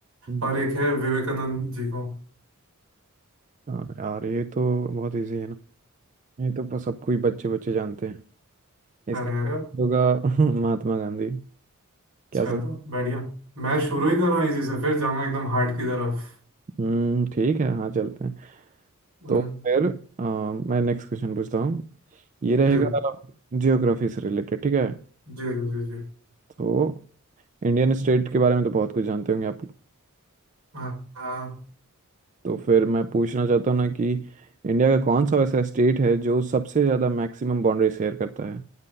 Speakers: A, on the right; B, on the right.
A: हम्म।
B: और एक है विवेकानंद जी को
A: हाँ, यार ये तो बहुत इजी है ना ये तो प- सबको ही बच्चे बच्चे जानते हैं इसका
B: अरे अरे
A: होगा <laughs> महात्मा गांधी क्या
B: चलो
A: सर
B: बढ़िया मैं शुरू ही कर रहा हूँ इसी से फिर जाऊंगा एकदम हार्ड की तरफ
A: हम्म ठीक है हाँ चलते हैं
B: हम्म,
A: तो फिर अ, मैं नेक्स्ट क्वेश्चन पूछता हूँ ये रहेगा
B: जी
A: जियोग्राफी से रिलेटेड ठीक है
B: जी जी जी जी
A: तो इंडियन स्टेट के बारे में तो बहुत कुछ जानते होंगे आप
B: हाँ हाँ,
A: तो फिर मैं पूछना चाहता हूँ ना कि इंडिया का कौन सा वैसा स्टेट है जो सबसे ज़्यादा मैक्सिमम बाउंड्री शेयर करता है